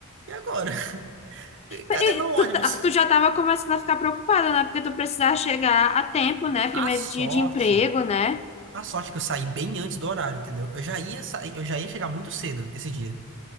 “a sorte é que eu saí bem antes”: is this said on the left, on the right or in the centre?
Right